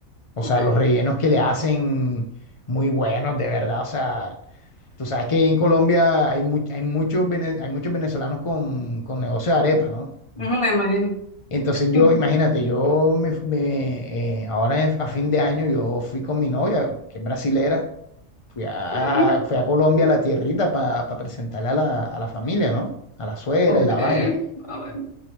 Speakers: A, on the left; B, on the left.
A: O
B: Ok,
A: sea, los rellenos que le hacen muy buenos, de verdad. O sea, tú sabes que en Colombia hay, mu- hay, muchos, vene- hay muchos venezolanos con, con negocio de arepa, ¿no?
B: Ujú, Me imagino.
A: Entonces yo,
B: <laughs>
A: imagínate, yo me, me, eh, ahora en- a fin de año yo fui con mi novia, que es brasilera, fui a,
B: Okay.
A: fui a Colombia, a la tierrita, para presentarle a la, a la familia, ¿no? A la suegra
B: ok.
A: y la vaina.
B: Ah, bueno.